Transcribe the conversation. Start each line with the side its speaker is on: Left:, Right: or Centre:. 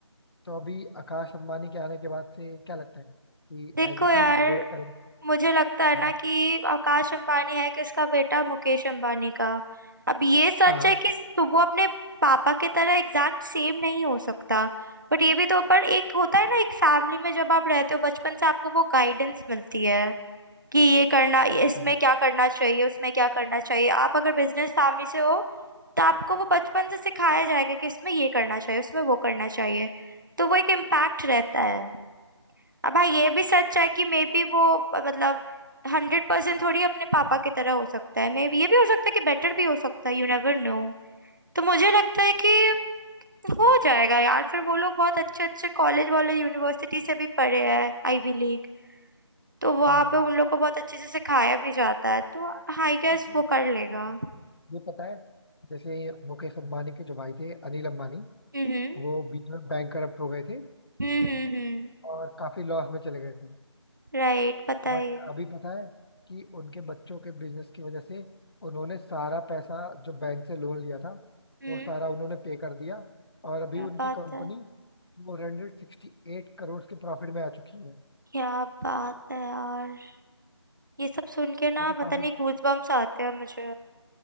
Left: तो अभी आकाश अंबानी के आने के बाद से क्या लगता है कि
Right: देखो
Left: एज इट
Right: यार
Left: इज़ ग्रोथ करें
Right: मुझे लगता है
Left: हाँ
Right: ना कि आकाश अंबानी है किसका बेटा मुकेश अंबानी का अब ये सच
Left: हाँ
Right: है कि तो वो अपने पापा की तरह एग्जैक्ट सेम नहीं हो सकता बट ये भी तो पर एक होता है ना एक फैमिली में जब आप रहते हो बचपन से आपको वो गाइडेंस मिलती है कि ये करना ये- इसमें
Left: हाँ
Right: क्या करना चाहिए उसमें क्या करना चाहिए आप अगर बिजनेस फैमिली से हो तो आपको वो बचपन से सिखाया जाएगा कि इसमें ये करना चाहिए उसमें वो करना चाहिए तो वो एक इम्पैक्ट रहता है अब हाँ ये भी सच है कि मे बी वो अ, मतलब हंड्रेड परसेंट थोड़ी अपने पापा की तरह हो सकता है मे बी ये भी हो सकता है कि बेटर भी हो सकता है यू नेवर नो तो मुझे लगता है कि हो जाएगा यार फिर वो लोग बहुत अच्छे अच्छे कॉलेज वाले यूनिवर्सिटी से भी पढ़े हैं आईवी लीग तो वहाँ
Left: हाँ हाँ।
Right: पे उन लोग को बहुत अच्छे से सिखाया भी जाता है तो हाँ आई गेस
Left: लेकिन
Right: वो कर
Left: आपको
Right: लेगा
Left: ये पता है जैसे मुकेश अंबानी के जो भाई थे अनिल अंबानी
Right: हम्म
Left: वो बीच में बैंकरप्ट हो गए थे
Right: हम्म हम्म
Left: और काफी लॉस में चले गए थे
Right: राइट पता
Left: बट
Right: ही है
Left: अभी पता है कि उनके बच्चों के बिजनेस की वजह से उन्होंने सारा पैसा जो बैंक से लोन लिया था
Right: हम्म
Left: वो सारा उन्होंने पे कर दिया और अभी
Right: क्या
Left: उनकी
Right: बात
Left: company
Right: है
Left: four hundred sixty eight crore के प्रॉफिट में आ चुकी है
Right: क्या बात है यार ये सब सुन के ना
Left: ये तो
Right: पता
Left: काफी
Right: नहीं गूज बम्स आते हैं मुझे